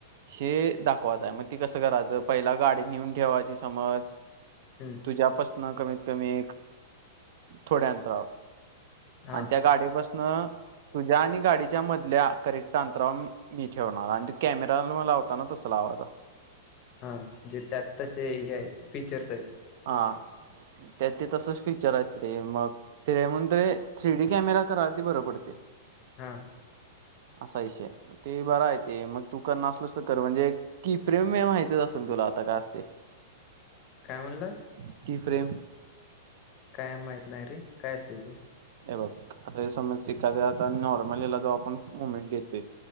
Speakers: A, on the right; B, on the left.
A: हे दाखवात आहे मग ते कसं करायचं पहिला गाडी नेऊन ठेवायची समज
B: हम्म
A: तुझ्यापासन कमीत कमी एक थोड्यांतराव
B: हा
A: आणि त्या गाडी बसन तुझ्या आणि गाडीच्या मधल्या करेक्ट अंतराव मी ठेवणार आणि ते कॅमेरा जवा लावतानां तस लावायचा.
B: हां जे त्यात तसे हे हायत फीचर्स आहे-
A: हा त्या ते तसच फीचर आहे रे मग तेज्या म्हणून ते थ्री डी कॅमेरा करा ते बर पडतंय.
B: हां-
A: असा विषय ते बरा आहे ते मग तू करणार असलोस तर कर म्हणजे की फ्रेम म माहतीच असेल तुला आता काय असते
B: काय म्हणलास
A: <inaudible>
B: काय माहत नाही रे काय असते ती
A: हे बघ अरे समज एखाद्या आता नॉर्मल हला जो आपण मुवमेंट देतोय